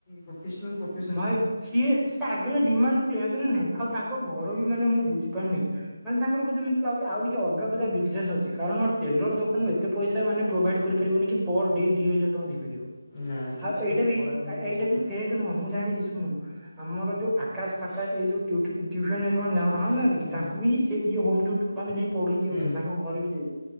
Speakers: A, on the left; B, in the centre.
A: ପ୍ରଫିସନଲ ପ୍ରଫ
B: ଭାଇ ସିଏ ସିଏ ଆଗେଲା ଡିମାଣ୍ଡ କଲେ ଯାଣଚୁ ନା ନାଇଁ ଆଉ ତାଙ୍କ ଘ ର ବି ମାନେ ମୁଁ ବୁଝି ପାରୁନି। ମାନେ ତାଙ୍କର ବୋଧେ ମତେ ଲାଗୁଛି ଆଉ କିଛି ଅଲଗା ପଜା ବିଜନେସ ଅଛି, କାରଣ ଟେଲର ଦୋକାନରୁ ଏ ଏତେ ପଇସା ମାନେ ପ୍ରୋଭାଇଡ କରିପାରିବନି କି ପର ଡେ ଦି ହଜାର ଟଙ୍କା ଦେଇପାରିବ।
A: ନା କିଛି
B: ଆଉ ଏଇଟା
A: ଗୋଟେ
B: ବି
A: କଳାଧନର
B: ଏଇଟା
A: ସମ୍ପର୍କ
B: ବି ଫେକ୍
A: ଅଛି।
B: ନୁହଁ, ମୁଁ ଜାଣିଛି ଶୁଣୁ ଆମର
A: ହୁଁ
B: ଯୋଉ ଆ ଆକାଶ ଫାକାଶ ଏଇ ଯୋଉ ଟ୍ୟୁ ଟ୍ୟୁସନରେ ଯୋଉ ମାନେ ରହୁନାହାନ୍ତି
A: ହୁଁ
B: କି ତାଙ୍କୁ ବି ସେ ଇଏ ହୋମ୍ ଡ୍ୟୁଟର ଭାବେ ଯାଇ ପଢେଇକି
A: ହୁଁ
B: ଆଉଛନ୍ତି ତାଙ୍କ ଘରେ ବି ଯାଇକି